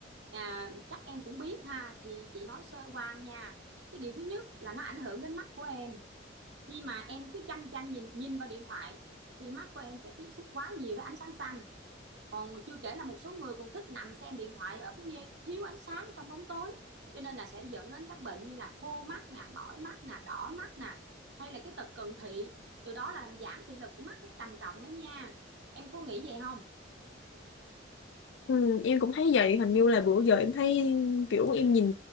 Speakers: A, on the right; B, on the left.
A: À, chắc em cũng biết ha, thì chị nói sơ qua nha. Cái điều thứ nhất là nó ảnh hưởng đến mắt của em. Khi mà em cứ chăm chăm nhìn nhìn vào điện thoại thì mắt của em sẽ tiếp xúc quá nhiều với ánh sáng xanh còn chưa kể là một số người còn thích nằm xem điện thoại ở cái nơi thiếu ánh sáng trong bóng tối cho nên là sẽ dẫn đến các bệnh như là khô mắt nè mỏi mắt nè đỏ mắt nè hay là cái tật cận thị từ đó là làm giảm thị lực của mắt rất trầm trọng đó nha em có nghĩ vậy không
B: ừ, Em cũng thấy vậy hình như là bữa giờ em thấy kiểu em nhìn